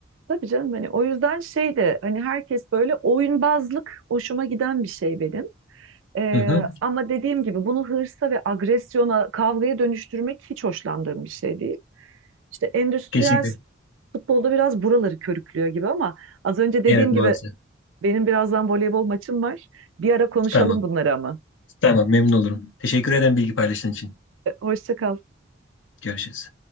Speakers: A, on the right; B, on the left.
A: Tabii canım hani o yüzden şey de hani herkes böyle oyunbazlık hoşuma giden bir şey benim. Ee,
B: Hı hı.
A: ama dediğim gibi bunu hırsa ve agresyona, kavgaya dönüştürmek hiç hoşlandığım bir şey değil. İşte endüstriyel
B: Kesinlikle.
A: futbolda biraz buraları körüklüyor gibi ama az önce dediğim
B: Evet maalesef.
A: gibi Benim birazdan voleybol maçım var. Bir ara konuşalım
B: Tamam.
A: bunları ama.
B: Tamam memnun olurum. Teşekkür ederim bilgi paylaştığın için.
A: Hoşça kal.
B: Görüşürüz.